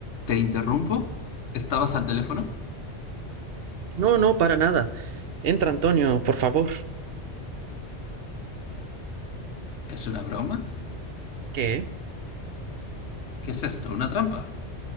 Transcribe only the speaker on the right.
No, no, para nada. Entra, Antonio, por favor.
¿Qué?